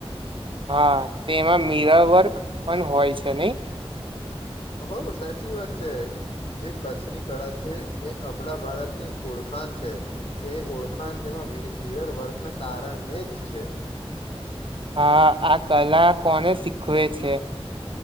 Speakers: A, on the right; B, on the left.
A: હા તેમાં મીરાવર્ક પણ હોય છે નહી?
B: હો સાચી વાત છે જે કચ્છની કળા છે એ અબલા ભારતની ઓળખાણ છે એ ઓળખાણ તેમાં મીરર વર્કના કારણે જ છે.
A: હા આ કલા કોને શીખવે છે?